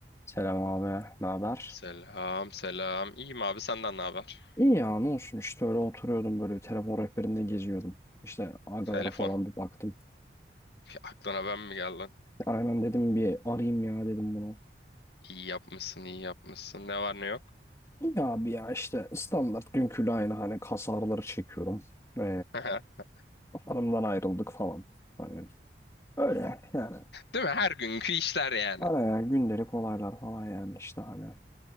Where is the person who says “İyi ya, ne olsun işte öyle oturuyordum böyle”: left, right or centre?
Left